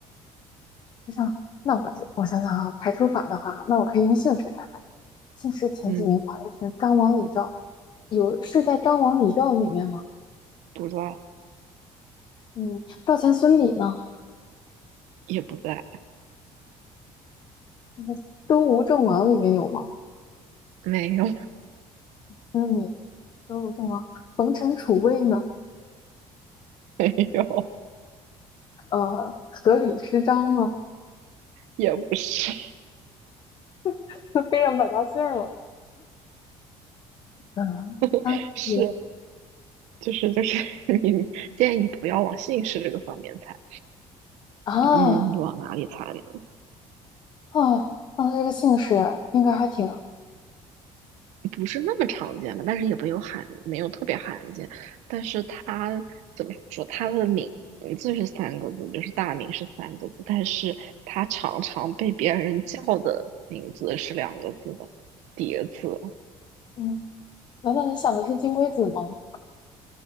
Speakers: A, on the left; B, on the right.
A: 是这样那我这我想想啊，排除法的话，那我可以用姓氏来排。姓氏前几名发的是张王李赵，
B: 嗯，
A: 有是在张王李赵里面吗？
B: 不在，
A: 嗯，赵钱孙李呢？
B: 也不在，
A: 那个周吴郑王里面有吗？
B: 没有，
A: 孙李、周吴郑王、冯陈楚卫呢？
B: <laughs> 没有，
A: 呃，阖闾吃张呢？
B: 也不是，
A: <laughs> 都背上百家姓儿了。嗯，三个字
B: <laughs> 是。就是就是 <laughs> 你你建议你不要往姓氏这个方面猜，
A: 啊
B: 嗯，你往哪里猜呢？
A: 啊，那这个姓氏应该还挺……
B: 不是那么常见吧，但是也没有罕，没有特别罕见。但是他怎么说？他的名字是三个字，就是大名是三个字，但是他常常被别人叫的名字是两个字的叠字哦。
A: 嗯，难道你想的是金龟子吗？